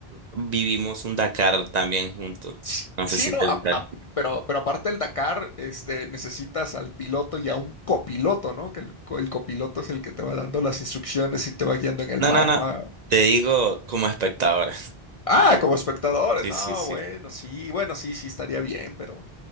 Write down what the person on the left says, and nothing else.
S-
Sí,
no,
ap-
ap- pero, pero aparte el Dakar, este, necesitas al piloto y a un copiloto, ¿no? Que el, co- el copiloto es el que te va dando las instrucciones y te va guiando en el
mapa.
Ah, como espectadores,
no,
bueno, sí, bueno, sí, sí estaría bien, pero